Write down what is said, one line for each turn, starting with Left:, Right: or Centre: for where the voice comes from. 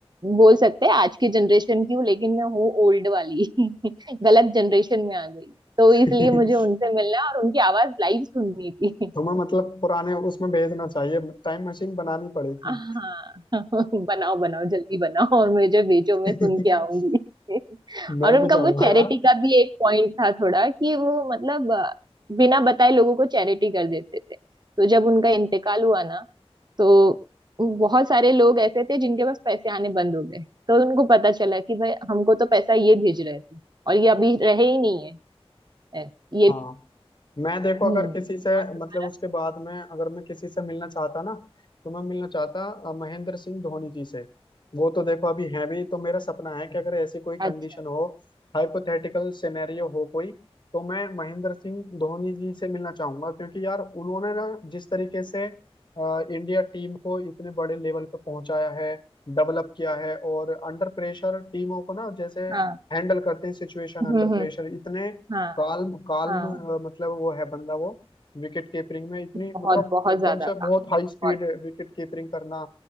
Right: बोल सकते हैं आज की जनरेशन की हूँ लेकिन मैं हूँ ओल्ड वाली <laughs> गलत जनरेशन में आ गई तो
Left: <laughs>
Right: इसलिए मुझे उनसे मिलना और उनकी आवाज लाइव सुननी थी
Left: तुम्हें मतलब पुराने उसमें भेजना चाहिए टाइम मशीन बनानी पड़ेगी
Right: हाँ <laughs> बनाओ बनाओ जल्दी बनाओ और मुझे भेजो मैं
Left: <laughs>
Right: सुन के आऊंगी <laughs>
Left: मैं
Right: और उनका
Left: भी जाऊंगा
Right: वो चैरिटी
Left: यार
Right: का भी एक पॉइंट था थोड़ा कि वो मतलब अ, बिना बताए लोगों को चैरिटी कर देते थे तो जब उनका इंतकाल हुआ ना तो बहुत सारे लोग ऐसे थे जिनके पास पैसे आने बंद हो गए तो उनको पता चला कि भाई हमको तो पैसा ये भेज रहे थे और ये अभी रहे ही नहीं है ए, ये
Left: हाँ मैं देखो
Right: हम्म
Left: अगर किसी से
Right: और तुम्हारा
Left: मतलब उसके बाद में अगर मैं किसी से मिलना चाहता ना तो मैं मिलना चाहता अ, महेंद्र सिंह धोनी जी से वो तो देखो अभी हैं भी तो मेरा सपना है कि अगर ऐसी कोई कंडीशन
Right: अच्छा
Left: हो हाइपोथेटिकल सिनेरियो हो कोई तो मैं महेंद्र सिंह धोनी जी से मिलना चाहूंगा क्योंकि यार उन्होंने ना जिस तरीके से अ, इंडिया टीम को इतने बड़े लेवल पे पहुंचाया है डेवलप किया है और अंडर प्रेशर टीमों को ना जैसे
Right: हाँ
Left: हैंडल करते हैं सिचुएशन
Right: हम्म
Left: अंडर प्रेशर
Right: हम्म
Left: इतने
Right: हाँ
Left: काल्म काल्म
Right: हाँ
Left: अ, मतलब वो है बंदा वो विकेट कीपरिंग में इतनी
Right: बहुत
Left: मतलब
Right: बहुत
Left: एकदम
Right: ज्यादा
Left: से
Right: काम
Left: बहुत
Right: है,
Left: हाई स्पीड
Right: बहुत
Left: विकेट कीपरिंग करना